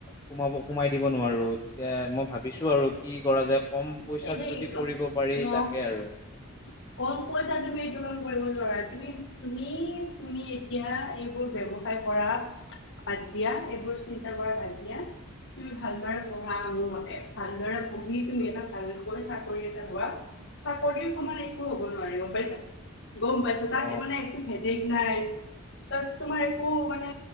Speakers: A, on the left; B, on the left.
A: সোমাব সোমাই দিব নোৱাৰো, এতিয়া মই ভাবিছো আৰু। কি কৰা যায় কম
B: এ
A: পইচাত
B: সেই
A: যদি কৰিব পাৰি
B: ন
A: তাকে আৰু।
B: <inaudible> কম পইচাত তুমি এইটো কাম কৰিব নোৱাৰা, তুমি তুমি তুমি এতিয়া এইবোৰ ব্যৱ হাৰ কৰা বাদ দিয়া, এইবোৰ চিন্তা কৰা বাদ দিয়া। তুমি ভালদৰে পঢ়া মোৰ মতে, ভালদৰে পঢ়ি তুমি এটা ভালকৈ চাকৰি এটা লোৱা, চাকৰিৰ সমান একো হ'ব নোৱাৰি গম পাইছা। গম পাইছোঁ,
A: অ
B: তাত মানে একো হেডেগ নাই। তাত তোমাৰ একো মানে